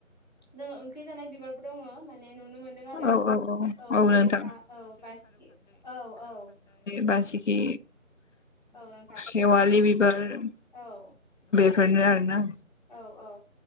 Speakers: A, on the left; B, on the left.
A: जोङो ओंख्रि जानाय बिबारबो दङो माने नुनो मोनदों आरो
B: औ
A: ।
B: औ
A: औ जेरै
B: नोंथां
A: जोंहा औ बारसिगि, औ औ ।
B: बारसिखि,
A: नोंथां
B: सेेवालि बिबार
A: औ ।
B: बेफोरनो आरो ना।
A: औ औ